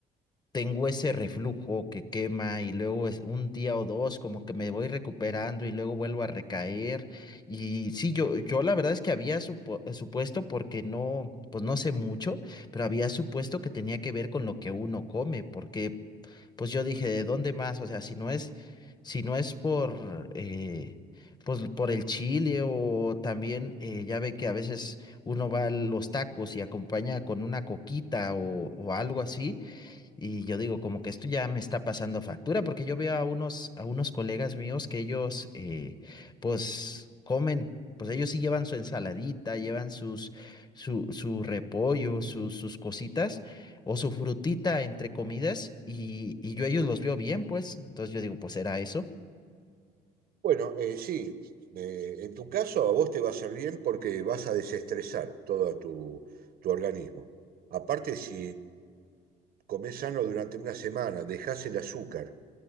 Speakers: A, on the left; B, on the right.
A: tengo ese reflujo que quema y luego es un día o dos como que me voy recuperando y luego vuelvo a recaer. Y sí, yo, yo la verdad es que había supo- eh, supuesto, porque no, pues no sé mucho, pero había supuesto que tenía que ver con lo que uno come, porque pues yo dije, ¿de dónde más? O sea, si no es, si no es por... eh, Pues por el chile o también eh, ya ve que a veces uno va a los tacos y acompaña con una coquita o o algo así. Y yo digo, como que esto ya me está pasando factura, porque yo veo a unos, a unos colegas míos que ellos, eh, pues, comen, pues ellos sí llevan su ensaladita, llevan sus, su, su repollo, sus, sus cositas, o su frutita entre comidas, y, y yo a ellos los veo bien, pues. Entonces yo digo, pues, ¿era eso?
B: Bueno, eh, sí, eh, en tu caso a vos te va a hacer bien porque vas a desestresar todo tu, tu organismo. Aparte, si comés sano durante una semana, dejás el azúcar